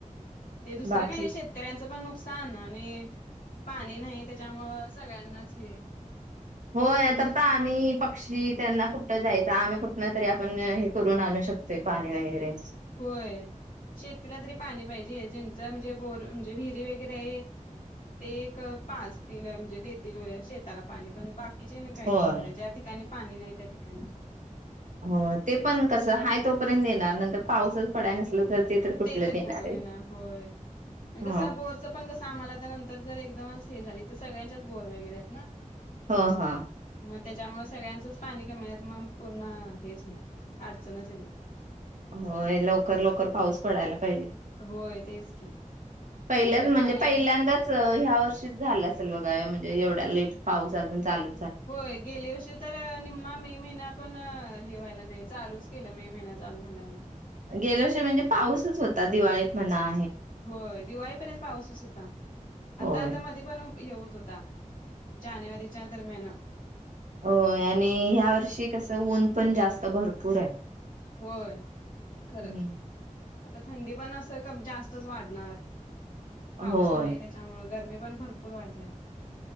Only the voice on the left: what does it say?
ते दुसरं
काही नाही शेतकऱ्यांच पण नुक सान आणि पाणी नाही त्याच्यामुळ सगळ्यांनाच हे
होय शेतीला तरी पाणी पाहिजे ज्यांच म्हणजे बोर म्हणजे विरी वगैरे आहे ते पाचतील म्हणजे देतील शेताला पाणी पण बाक कीच्यांन काय
करणार आहे ज्या ठिकाणी पाणी नाही त्या ठिकाणी
ते तरी
कुठून
ये ना होय
कसं बोरचं पण कस आम्हाला तर नंतर जर एकदमच हे झाली तर सगळ्यांच्याच बोर वगैरे आहेत ना
मग त्याच्यामुळे सगळ्यांचंच पाणी कमीत मग पूर्ण हेच हो अडचणच येणार
होय तेच की
सगळं
पाण्यावरच
होय गेले अस तर निम्मा मे महिना पण हे व्हायला नाही चालूच केलं मे महिना चालू झाल्या
होय दिवाळीपर्यंत पाऊसच होता
आता आता मध्ये पण हे होत होता जानेवारीच्या दरम्यान
होय खरं
आता थंडी पण असं जास्तच वाढणार पाऊस
नाही त्याच्यामु गरमी पण भरपूर वाढल्या